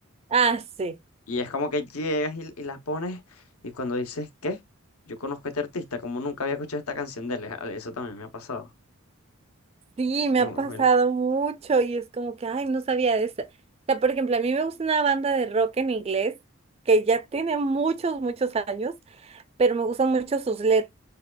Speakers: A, on the right; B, on the left.
A: Ah, sí,
B: Y es como que llegas y, y la pones y cuando dices, ¿qué? Yo conozco a este artista, como nunca había escuchado esta canción de él. Ah, Eso también me ha pasado.
A: sí, me
B: Es
A: ha
B: muy
A: pasado
B: muy loco.
A: mucho y es como que, ay, no sabía de esa. O sea, por ejemplo, a mí me gusta una banda de rock en inglés que ya tiene muchos, muchos años, pero me gustan mucho sus letras.